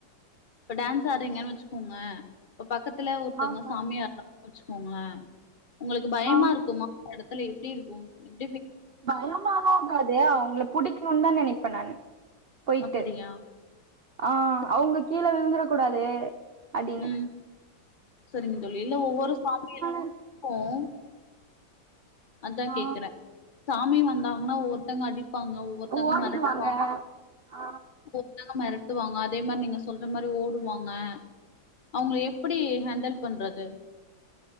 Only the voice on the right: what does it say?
ஆ சொல்லுங்
ஆ
பயமால்லார்க்காது அவுங்கள புடிக்க னுன் தா நெனைப்பே நானு பொய்ட்டு
ஆ
அவுங்க கீழ விழுந்துற கூடாது அடின்னு
இருக்கு
ஆ
ஓடிருவாங்க
ஆ